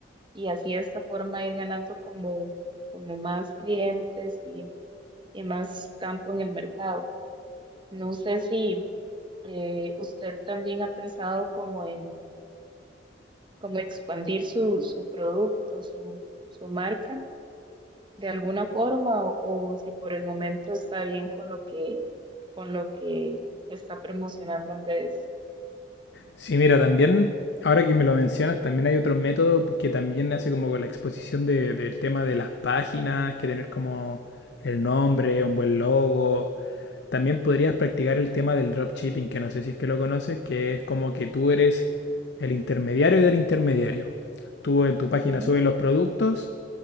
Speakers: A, on the right; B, on the left.
A: y así de esta forma ir ganando como, como más clientes y, y más campo en el mercado. No sé si eh, usted también ha pensado como en como expandir su, su producto, su, su marca de alguna forma o, o si por el momento está bien con lo que, con lo que está promocionando en redes.
B: Sí, mira, también, ahora que me lo mencionas, también hay otro método que también hace como con la exposición de- del tema de las páginas, que tener como el nombre, un buen logo. También podrías practicar el tema del dropshipping, que no sé si es que lo conoces, que es como que tú eres el intermediario del intermediario. Tú en tu página
A: Ujú,
B: subes los productos